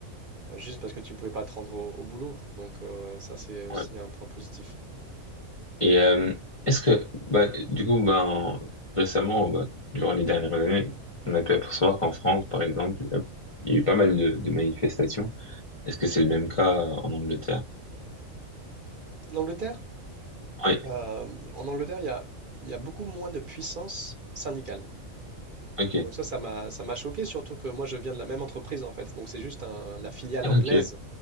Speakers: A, on the right; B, on the left.
A: euh, juste parce que tu pouvais pas te rendre au, au boulot. Donc euh, ça, c'est aussi
B: Ouais.
A: un point positif.
B: Et euh, est-ce que, bah, du coup, bah, en- récemment, bah, durant les dernières années, on a pu apercevoir qu'en France, par exemple, euh, il y a eu pas mal de, de manifestations. Est-ce que c'est le même cas euh, en Angleterre?
A: L'Angleterre,
B: Oui,
A: euh, en Angleterre, il y a, il y a beaucoup moins de puissance syndicale.
B: ok,
A: Donc ça, ça m'a, ça m'a choqué, surtout que moi, je viens de la même entreprise, en fait. Donc c'est juste un- la filiale
B: Ah,
A: anglaise.
B: ok,